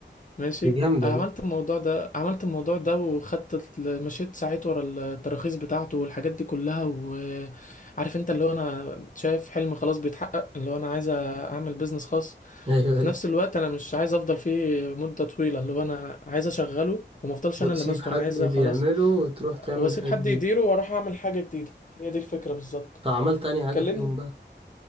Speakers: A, on the left; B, on the right.
A: ماشي
B: دي جامدة
A: عملت
B: دي
A: الموضوع ده عملت الموضوع ده وخدت ال- مشيت ساعات ورا التراخيص بتاعته والحاجات دي كلها وعارف انت اللي هو انا شايف حلم خلاص بيتحقق اللي هو انا عايز اعمل بيزنس خاص
B: <laughs> ايوه
A: في
B: ايوه
A: نفس الوقت انا مش عايز افضل فيه مدة طويلة اللي هو انا عايز اشغله وما افضلش
B: وتسيب
A: انا اللي ماسكه
B: حد
A: انا عايز
B: بيعمله
A: خلاص
B: وتروح تعمل
A: واسيب
B: حاجة
A: حد
B: جديدة
A: يديره واروح اعمل حاجة جديدة هي دي الفكرة بالظبط
B: طب عملت تاني حاجة
A: كلمني
B: فيهم بقى